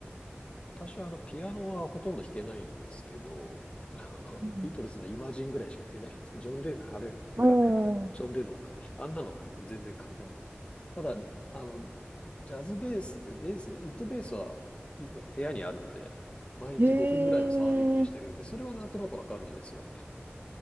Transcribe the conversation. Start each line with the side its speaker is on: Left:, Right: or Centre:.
Left: 私はあの、ピアノはほとんど弾けないんですけど、あの、
Right: うん。
Left: ビートルズのイマジンぐらいしか弾けないんです。ジョン・レノン、あれ、あれか、
Right: おー
Left: ジョン・レノンか。あんなの全然簡単なの。ただ、あの、ジャズベースって、ベース、ウッドベースは部屋にあるんで、毎日5分ぐらいは触るようにしてるんで、
Right: へえ、
Left: それはなんとなくわかるんですよ。